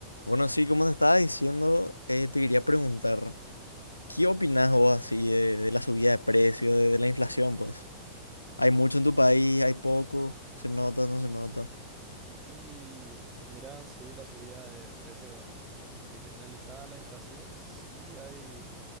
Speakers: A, on the left; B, on the right.
A: Bueno, sí, como te estaba diciendo, eh, te quería preguntar, ¿qué opinás vos así de, de la subida de precios, de, de la inflación, pues? ¿Hay mucho en tu país? ¿Hay poco? ¿Se nota? ¿No se nota?
B: Y mira, sí, la subida de precios así generalizada, la inflación, sí hay,